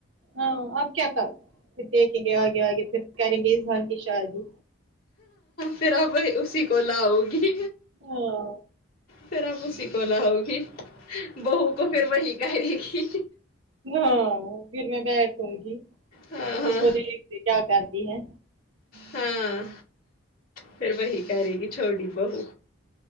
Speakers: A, on the right (about 70°); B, on the left (about 45°).
A: ہاں آپ کیا کر پھر دیکھے گے آگے آگے پھر کرے گے عثمان کی شادی
B: پھر اب اسی کو لآؤ گی
A: ہاں
B: پھر اب اسی کو لاؤ گی بہو کو پھر وہی کرے گی
A: ہاں پھر میں بیٹھوں گی
B: ہاں ہاں
A: اس کو دیکھ کے کیا کرتی ہے
B: ہاں پھر وہی کرے گی چھوٹی بہو